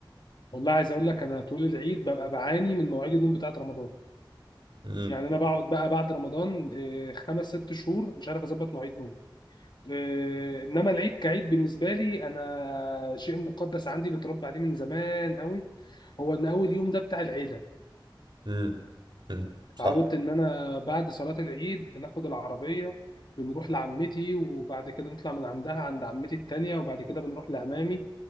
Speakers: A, on the left; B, on the right.
A: والله عايز اقول لك انا طول العيد ببقى بعاني من مواعيد النوم بتاعت رمضان
B: امم
A: يعني انا بقعد بقى بعد رمضان إيه، خمس ست شهور مش عارف اظبط مواعيد نوم آه، انما العيد كعيد بالنسبه لي انا شيء مقدس عندي متربى عليه من زمان قوي هو ان اول يوم ده بتاع العيله
B: امم امم
A: اتعودت
B: صح
A: ان انا بعد صلاه العيد بناخد العربيه بنروح لعمتي وبعد كده نطلع من عندها عند عمتي التانية وبعد كده بنروح لعمامي